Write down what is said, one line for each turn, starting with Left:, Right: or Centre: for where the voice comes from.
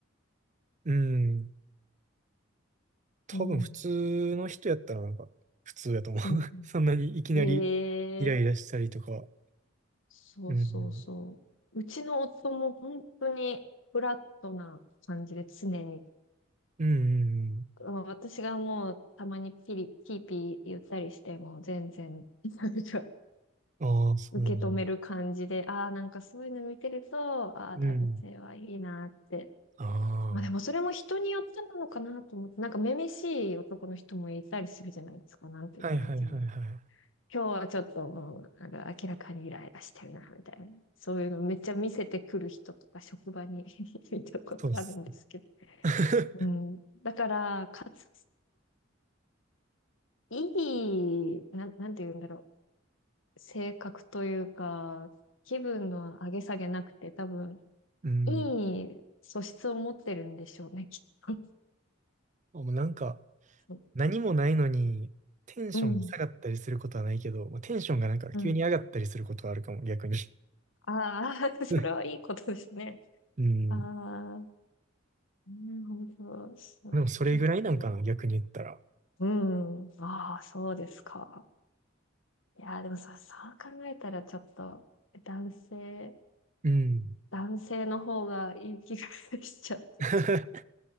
Right: うん、多分普通の人やったらなんか普通やと思う。
Left: うん、うん、
Right: <laughs> そんなにいきなりイライラしたりとか。
Left: うん。ええそうそうそう。
Right: うんうん。
Left: うちの夫も本当にフラットな感じで常に。
Right: うんうんうん
Left: まあ私がもうたまにピリ、ピーピー言ったりしても全然、なんか
Right: ああ、そうなんだ。
Left: う受け止める感じで、ああ、なんかそういうの見てると、ああ、
Right: うん。
Left: 男性はいいなって。
Right: あ
Left: まあでもそれも人によってなのかなと思って、なんかめめしい男の人もいたりするじゃないですか、なんていうか、
Right: あはいはいはいはい。
Left: なんていうんだろう。今日はちょっともう、なんか明らかにイライラしてるな、みたいな。そういうのめっちゃ見せてくる人とか職場に <laughs> 見たことあるんですけど。
Right: そうっす。<laughs>
Left: うん。だから、かつ、いい、なん、なんていうんだろう。性格というか、気分の上げ下げなくて、多分、
Right: うん。
Left: いい素質を持ってるんでしょうね、きっと。
Right: あもうなんか、
Left: <laughs>
Right: 何もないのに、テンションが下がったりすることはないけど、
Left: うん、
Right: まあ、テンションがなんか急に上がったりすることはあるかも、
Left: うん。
Right: 逆に。
Left: ああ、<laughs> それはいいことですね。
Right: <laughs> うん。
Left: ああ、なるほど。そう結構、
Right: でもそれぐらいなんかな、逆に言ったら。
Left: うん。ああ、そうですか。いやー、でもさ、そう考えたらちょっと、男性、
Right: うん。
Left: 男性の方がいい気がしちゃって、
Right: <laughs>
Left: ちょっと。